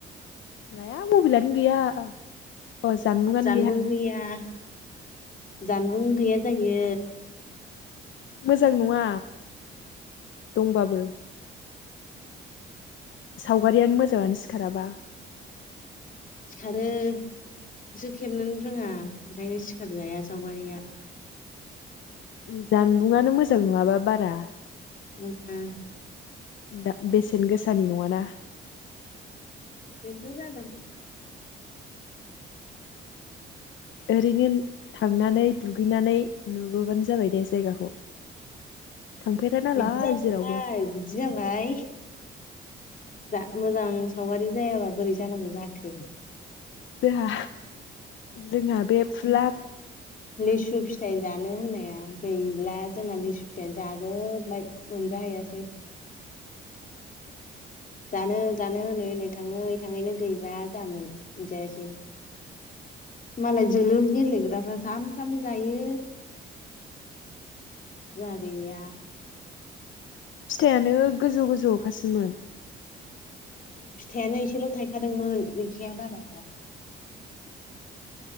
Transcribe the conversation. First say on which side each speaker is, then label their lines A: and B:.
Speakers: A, on the left (about 75°); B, on the left (about 45°).
A: लाया मबेलानो गैया। अ जानबुंआनो
B: जानबुं गैया जानबुं गैया जा यो।
A: मोजां नङा दंबाबो। सावगारियानो मोजाङानो सिखाराबा।
B: सिखारो नोसो खेबनोनो रोङा ओंखायनो सिखारजाया सावगारिया।
A: जानबुंआनो मोजां नङाबा बारा।
B: ओम आ
A: दा बेसेन गोसानि नङाना।
B: बेन थ' जादों।
A: ओरैनो थांनानै दुगैनानै नुबोबानो जाबाय दे जायगाखौ। थांफेरा नालाय
B: बिदि जाबाय
A: जेरावबो
B: बिदि जाबाय। जा मोजां सावगारि जायाबा बोरै जानांगौ जाखो।
A: जोहा जोंहा बे फुला
B: लिसु फिथाइ जानो होननाया गैला जोंना लिसु फिथायाइ जाजोबबाय मोनजाहैयासै। जानो जानो होनै होनै थाङै थाङैनो गैला जा मोन मोनजायासै मालाय जुलुर गेलेग्रा दा सामफ्रामबो जायो। जाहा गैया
A: फिथाइानो गोजौ गोजौ खासोमोन
B: फिथाइयानो एसेल' थायखादोंमोन। गैखाया बारा